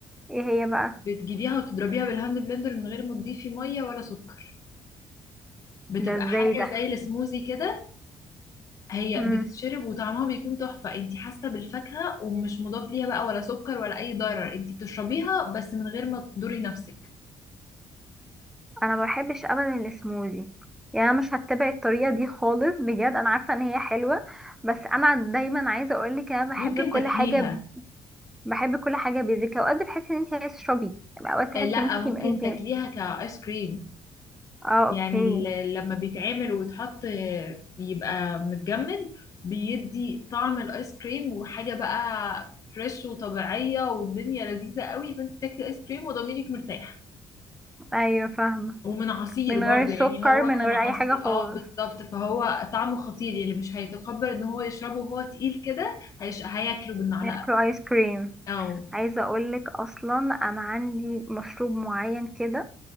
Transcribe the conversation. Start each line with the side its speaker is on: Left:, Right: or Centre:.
Centre: ايه هي بقى
Left: بتجيبيها وتضربيها بالهاند بلندر من غير ما تضيفي مية ولا سكر بتبقى
Centre: ده ازاي
Left: حاجة
Centre: ده
Left: زي السموزي كده هي
Centre: مم.
Left: بتتشرب وطعمها بيكون تحفة انتي حاسة بالفاكهة ومش مضاف ليها بقى ولا سكر ولا اي ضرر انتي بتشربيها بس من غير ما تضري نفسك
Centre: انا ما بحبش ابدا السموزي يعني انا مش هتبع الطريقه دي خالص بجد انا عارفه ان هي حلوه بس انا دايما عايزه اقول لك انا بحب
Left: ممكن
Centre: كل
Left: تاكليها
Centre: حاجه ب... بحب كل حاجه بيزك اوقات بتحسي ان انت عايزه تشربي اوقات تحسي
Left: آه، لا
Centre: ان انت
Left: ممكن تاكليها
Centre: انت
Left: كايس كريم
Centre: اه
Left: يعني
Centre: اوكي
Left: ال- لما بيتعمل ويتحط يبقى متجمد بيدي طعم الايس كريم وحاجة بقى فريش وطبيعية والدنيا لذيذة قوي فانت بتاكلي ايس كريم وضميرك مرتاح
Centre: ايوه فاهمه
Left: ومن عصير
Centre: من
Left: برضو
Centre: غير سكر
Left: يعني هو
Centre: من
Left: كان
Centre: غير
Left: عصير
Centre: اي حاجه خالص
Left: اه بالظبط فهو طعمه خطير اللي مش هيتقبل ان هو يشربه وهو تقيل كده هيش... هياكله بالمعلقة
Centre: بياكلوا ايس كريم
Left: او
Centre: عايزه اقول لك اصلا انا عندي مشروب معين كده